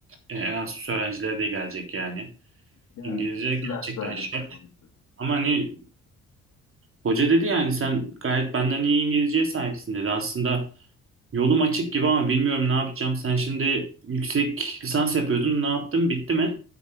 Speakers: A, on the right (about 45°); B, on the left (about 70°).
A: E, Erasmus öğrencilere de gelecek yani.
B: Yani
A: İngilizce
B: nasıl
A: gerçekten
B: ders vereceksin?
A: şart.
B: onu?
A: Ama hani hoca dedi yani sen gayet benden iyi İngilizceye sahipsin dedi. Aslında yolum açık gibi ama bilmiyorum ne yapacağım. Sen şimdi yüksek lisans yapıyordun. Ne yaptın? Bitti mi?